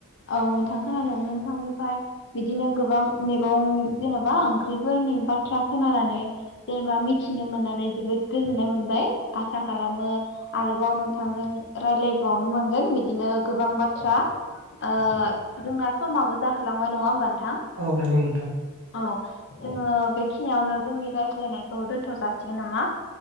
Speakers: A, on the left (about 55°); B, on the right (about 60°).
A: औ नोंथां खोनादों नोंथांनिफ्राय बिदिनो गोबां मैगं जेनेबा ओंख्रिफोरनि बाथ्रा खोनानानै जेनेबा मिथिनो मोननानै जोबोद गोजोननाय मोनबाय आसा खालामो आरोबाव नोंथांजों राय्लायबावनो मोनगोन बिदिनो गोबां बाथ्रा ओ जोंना समाबो जाहोलांबाय नङा होमबा नोंथां
B: औ नंगौ नोंथां
A: औ जोङो बेखिनियावनो जोंनि रायज्लायनायखौ दोनथ' जासिगोन नामा